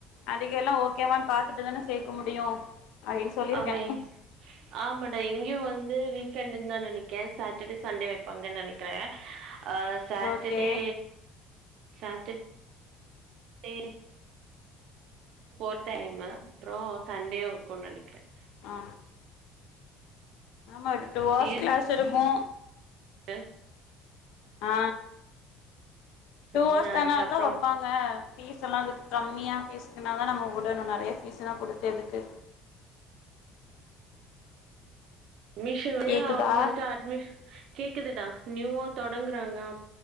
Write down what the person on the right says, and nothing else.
ஆமா எ ஆமாடா இங்கேயு வந்து வீக்கெண்டுன் தா நெனைக்கே சாட்டர்டே சண்டே வைப்பாங்கன் நெனைக் குறே அ Saturday
Saturday four time அப்றொ சண்டே ஒர்க்குன் நெனைக்குறே
தீராச்சு.
<unintelligible>
சோ
நான்
அதுக்கப்புறம்
மீஷோவ்லயே
அவங்க ஃபஸ்ட் அட்மின் கேக்குதுடா நியூவா தொடங்குறாங்க